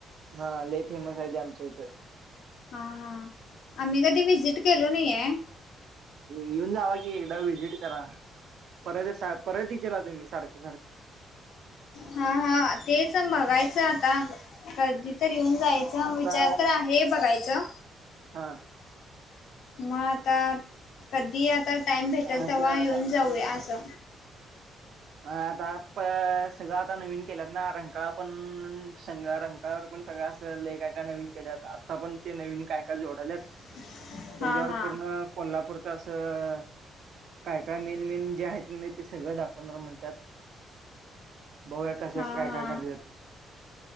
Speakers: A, on the right; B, on the left.
A: हा. लई फेमस हाय ते आमच्या इथं.
B: हा. हा. आम्ही कधी व्हिजिट केलो नाहीआयं.
A: येऊन जावा कि एकदा व्हजिट करा. परत सा - -परत इचिला तुम्ही सारखं सारखं.
B: हा. हा. तेच बघायचं आता कधी तर येऊन जायचं.
A: आता
B: विचार तर आहे बघायचं.
A: हा
B: मग आता कधी आता टाइम भेटल तेवा
A: असं
B: येऊन जाऊया असं.
A: अ आता प सगळं आता नवीन केल्यातना. रंकाळा पण शंग रंगावर पण सगळ अस लई काय काय नवीन केल्यात. आता पण ते नवीन काय काय जोडल्यात.
B: <inaudible>
A: तेज्यावर
B: हा
A: पूर्ण कोल्हापूरच असं काय काय मेन मेन जे आहेत किनी ते सगळं दाखव त्यात. बघुया कसं
B: हा
A: काय
B: हा
A: काय करत्यात.